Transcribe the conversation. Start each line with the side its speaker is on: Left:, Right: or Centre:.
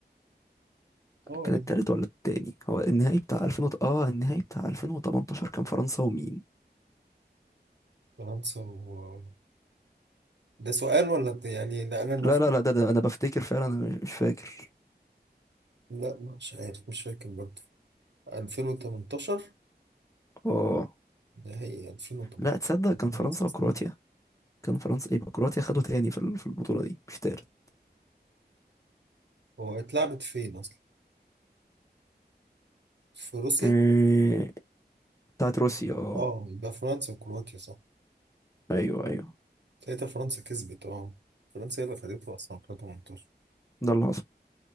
Right: أه
Left: كان
Right: هي.
Left: التالت ولا التاني هو النهائي بتاع 2000 وت- اه النهائي بتاع 2018 كان فرنسا ومين
Right: فرنسا و... ده سؤال ولا بت- يعني ده انا المفروض
Left: لا لا لا ده, ده انا بفتكر فعلا انا مش مش فاكر
Right: لا مش عارف مش فاكر برضه 2018
Left: اه
Right: نهائي 2018
Left: لا تصدق كان
Right: فرنسا
Left: فرنسا
Right: اصلا
Left: وكرواتيا كان فرنسا يبقى كرواتيا خدوا تاني في ال- في البطولة دي مش تالت
Right: هو اتلعبت فين اصلا في روسيا
Left: إيه، بتاعت روسيا اه
Right: اه يبقى فرنسا وكرواتيا صح
Left: ايوه ايوه
Right: ساعتها فرنسا كسبت اه فرنسا هي اللي خدتها اصلا 2018
Left: ده اللي حصل